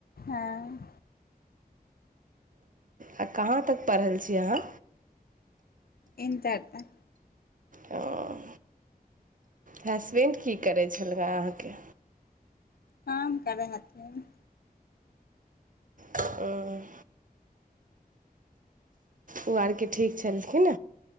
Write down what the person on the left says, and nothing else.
आँ
इंटर तक
काम करै हथिन